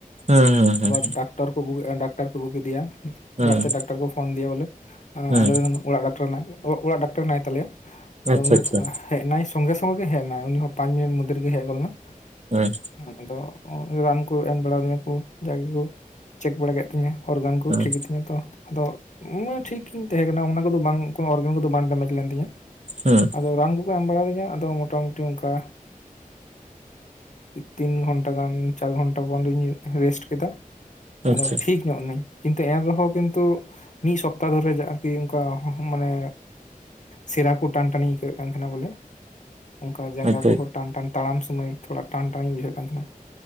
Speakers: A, on the right; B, on the left.
A: ᱦᱮᱸ ᱦᱮᱸ
B: ᱟᱵᱟᱨ ᱰᱟᱠᱛᱚᱨ ᱠᱚ ᱜᱩ ᱮᱱ ᱰᱟᱠᱛᱟᱨ ᱠᱚ ᱟᱹᱜᱩ ᱠᱮᱫᱮᱭᱟ᱾
A: ᱦᱮᱸ
B: ᱚᱲᱟᱜ ᱛᱮ
A: ᱦᱮᱸ
B: ᱰᱟᱠᱴᱟᱨ ᱠᱚ ᱯᱷᱳᱱ ᱫᱤᱭᱟ ᱵᱚᱞᱮ
A: ᱦᱮᱸ
B: ᱟᱞᱮᱨᱮᱱ ᱚᱲᱟᱜ ᱰᱟᱠᱴᱟᱨ ᱦᱮᱱᱟᱭᱟ, ᱚ ᱚᱲᱟᱜ ᱰᱟᱠᱴᱟᱨ ᱦᱮᱱᱟᱭ ᱛᱟᱞᱮᱭᱟ ᱟᱫᱚ
A: ᱟᱪᱪᱷᱟ
B: ᱩᱱᱤ
A: ᱟᱪᱪᱷᱟ
B: ᱦᱮᱡ ᱱᱟᱭ ᱥᱚᱝᱜᱮ ᱥᱚᱸᱜᱮ ᱜᱮ ᱦᱮᱜ ᱱᱟᱭ ᱩᱱᱤ ᱦᱚᱸ ᱯᱟᱸᱪ ᱢᱤᱱᱤᱴ ᱢᱚᱫᱽᱫᱷᱮ ᱨᱮᱜᱮ ᱦᱮᱜ ᱜᱚᱫ ᱞᱮᱱᱟ,
A: ᱦᱮᱸ
B: ᱟᱫᱚ ᱨᱟᱱ ᱠᱚ ᱮᱢ ᱵᱟᱲᱟᱫᱤᱧᱟᱹ ᱠᱚ ᱡᱟᱜᱮᱠᱚ ᱪᱮᱠ ᱵᱟᱲᱟ ᱠᱮᱫ ᱛᱤᱧᱟᱹ ᱚᱨᱜᱟᱱ ᱠᱚ
A: ᱦᱮᱸ
B: ᱴᱷᱤᱠ ᱜᱤᱛᱤᱧᱟᱹ ᱛᱚ᱾ ᱟᱫᱚ ᱴᱷᱤᱠ ᱜᱤᱧ ᱛᱟᱦᱮᱸ ᱠᱟᱱᱟ ᱚᱱᱟ ᱠᱚᱫᱚ ᱵᱟᱝ ᱠᱳ ᱚᱨᱜᱟᱱ ᱠᱚ ᱫᱚ ᱵᱟᱝ ᱰᱮᱢᱮᱡᱽ ᱞᱮᱱ ᱛᱤᱧᱟᱹ
A: ᱦᱮᱸ
B: ᱟᱫᱚ ᱨᱟᱱ ᱠᱚ ᱠᱚ ᱮᱢ ᱵᱟᱲᱟ ᱫᱤᱧᱟ, ᱟᱫᱚ ᱢᱚᱴᱟ ᱢᱩᱴᱤ ᱚᱱᱠᱟ ᱛᱤᱱ ᱜᱷᱚᱱᱴᱟ ᱜᱟᱱ, ᱪᱟᱨ ᱜᱷᱚᱱᱴᱟ ᱵᱚᱱᱫᱚᱧ ᱨᱮᱥᱴ ᱠᱮᱫᱟ᱾
A: ᱟᱪᱪᱷᱟ
B: ᱟᱫᱚ ᱴᱷᱤᱠ ᱧᱚᱜ ᱱᱟᱹᱧ᱾ ᱠᱤᱱᱛᱩ ᱮᱱ ᱨᱮᱦᱚᱸ ᱠᱤᱱᱛᱩ ᱢᱤᱫ ᱥᱚᱯᱛᱟᱦ ᱫᱷᱚᱨᱮ ᱚᱱᱠᱟ ᱢᱟᱱᱮ ᱥᱮᱨᱟ ᱠᱚ ᱴᱟᱱ ᱴᱟᱱᱤᱧ ᱟᱹᱭᱠᱟᱹᱣᱮᱫ ᱠᱟᱱ ᱛᱟᱦᱮᱱᱟ ᱵᱚᱞᱮ᱾ ᱚᱱᱠᱟ ᱡᱟᱸᱜᱟ
A: ᱟᱪᱪᱷᱟ
B: ᱠᱚᱦᱚᱸ ᱴᱟᱱ ᱴᱟᱱ ᱛᱟᱲᱟᱢ ᱥᱚᱢᱚᱭ ᱛᱷᱚᱲᱟ ᱴᱟᱱ ᱴᱟᱱᱤᱧ ᱵᱩᱡᱷᱟᱹᱣᱮᱜ ᱠᱟᱱ ᱛᱟᱦᱮᱱᱟ᱾